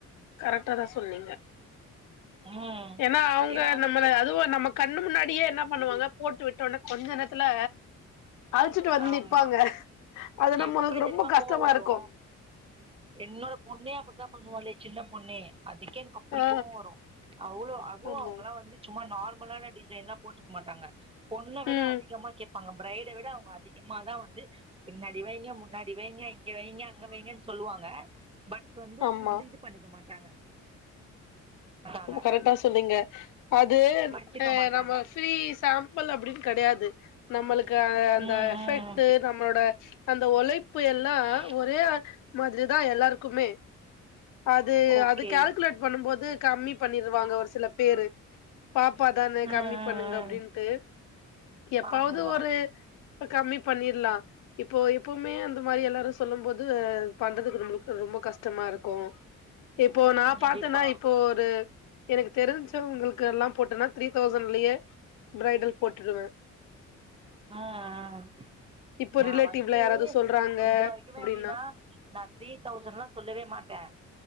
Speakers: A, on the left (about 85°); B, on the right (about 20°).
A: கரெக்டா தா சொல்னீங்க
B: ம்
A: ஏனா அவுங்க
B: ஏன்னா வந்து
A: நம்மள
B: சி
A: அதுவு நம்ம கண்ணு முன்னாடியே என்ன பண்ணுவாங்க போட்டு விட்டோனே கொஞ்ச நேரத்துல அழுச்சுட்டு வந்து
B: ஆமா
A: நிப்பாங்க அது நம்மளுக்கு
B: எப்டி தெரியுமா
A: ரொம்ப கஷ்டமா
B: கோவோ வரு
A: இருக்கு
B: என்னோட பொண்ணே அப்டித்தா பண்ணுவாலே சின்ன பொண்ணே அதுக்கே எனக்கு அப் அப்டி
A: ஆ
B: கோவோ வரு அவளோ அதுவு
A: ஆமா
B: அவங்கல்லா வந்து சும்மா நார்மலான டிசைன்ல்லா போட்டுக்க மாட்டாங்க பொண்ண
A: ம்
B: விட அதிகமா கேப் அவுங்க பிரைட விட அவுங்க அதிகமா தா வந்து பின்னாடி வைங்க முன்னாடி வைங்க இங்க வைங்க அங்க வைங்கன் சொல்லுவாங்க பட் வந்து அத
A: ஆமா
B: வந்து இது பண்ணிக்க மாட்டாங்க மாட்டாங்க
A: ரொம்ப கரெக்டா சொன்னீங்க அது
B: வச்சுக்க
A: அ
B: மாட்டாங்க
A: நம்ம ஃபிரீ சாம் பிள் அப்டின் கெடையாது நம்மளுக்கு அ அந்த
B: ம்
A: எஃபெக்ட்டு
B: ம்
A: நம்மளோட அந்த ஒழைப்பு எல்லா
B: <inaudible>
A: ஒரே மாதிரி தா எல்லாருக்குமே அது
B: ஓகே
A: அது கால்குலேட் பண்ணும்போது கம்மி பண்ணிருவாங்க ஒரு சில பேரு பாப்பாதான
B: ம் ம்
A: கம்மி பண்ணுங்க அப்டின்ட்டு
B: ம்
A: எப்பவாது
B: ஆமா
A: ஒரு இப்ப கம்மி பண்ணிற்லா இப்போ எப்பமே அந்த மாரி எல்லாரு சொல்லும் போது பண்றதுக்கு நம்மளுக்கு ரொம்ப கஷ்டமா இருக்கு இப்போ நா
B: கண்டிப்பா
A: பாத்தேனா இப் போ ஒரு எனக்கு தெரிஞ்சவங்களுக்கல்லா போட்டேன்னா த்ரீ தௌசண்லயே பிரைடல் போட்ருவே
B: ஆ ஆ
A: இப்போ
B: நா
A: ரிலேட்டிவ்ல
B: வந்து
A: யாராவது சொல்றாங்க
B: இது வரைக்குமே
A: அப்டின்னா
B: எப்டினா நா த்ரீ தௌசண்லா சொல்லவே மாட்டே